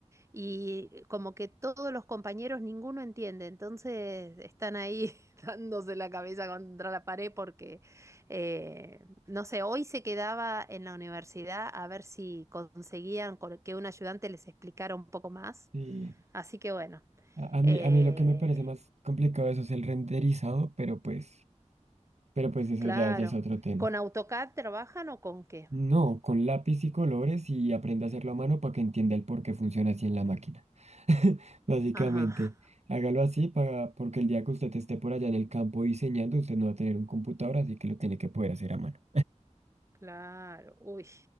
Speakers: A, on the right; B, on the right.
A: y como que todos los compañeros, ninguno entiende. Entonces están ahí <laughs> dándose la cabeza contra la pared porque, eh, no sé, hoy se quedaba en la universidad a ver si conseguían con- que un ayudante les explicara un poco más.
B: sí.
A: Así que bueno,
B: A, a
A: eh,
B: mí, a mí lo que me parece más complicado de eso es el renderizado, pero pues... Pero pues eso
A: claro.
B: ya, ya es otro tema.
A: ¿Con AutoCAD trabajan o con qué?
B: No, con lápiz y colores y aprenda a hacerlo a mano para que entienda el por qué funciona así en la máquina. <laughs> Básicamente,
A: Ajá.
B: hágalo así para, porque el día que usted esté por allá en el campo diseñando, usted no va a tener un computador, así que lo tiene que poder hacer a mano.
A: Claro, uy,